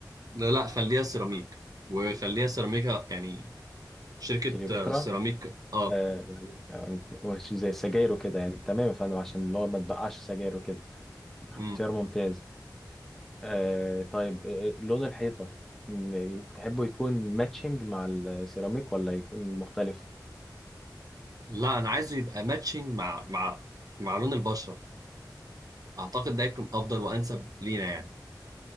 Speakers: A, on the right; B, in the centre.
A: لا لا خليها سيراميك وخليها سيراميكا يعني شركه
B: كليوباترا
A: آه، سيراميك اه
B: آه يعني يعني مش زي السجاير وكده يعني تمام يا فندم عشان اللي هو ما تبقعش سجاير وكده اختيار
A: مم.
B: ممتاز آه طيب آه لون الحيطة م- تحبه يكون ماتشنج مع السيراميك ولا يكون مختلف؟
A: لا انا عايزه يبقى ماتشنج مع مع مع لون البشره اعتقد ده هيكون افضل وانسب لينا يعني